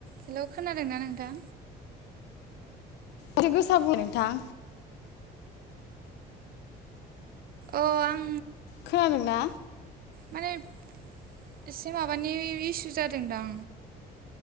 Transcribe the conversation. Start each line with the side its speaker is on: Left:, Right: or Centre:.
Right: Hello खोनादों ना नों थां
Left: एसे गोसा बुंलाय नोंथां।
Right: अ आं
Left: खोनादों ना?
Right: मानो एब एसे माबानि इसु जादोंदां